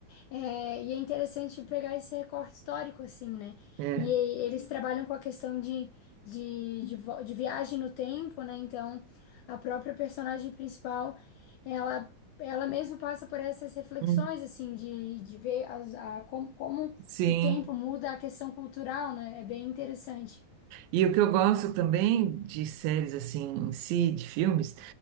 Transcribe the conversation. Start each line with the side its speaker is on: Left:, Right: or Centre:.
Left: É, e é interessante pegar esse recorte histórico, assim, né?
Right: é.
Left: E eles trabalham com a questão de, de, de, vo- de viagem no tempo, né? Então, a própria personagem principal, ela, ela mesma passa por essas reflexões,
Right: Uhum,
Left: assim, de, de ver as, a, como, como
Right: Sim.
Left: o tempo muda a questão cultural, né? É bem interessante.
Right: E o que eu gosto também de séries assim em si, de filmes,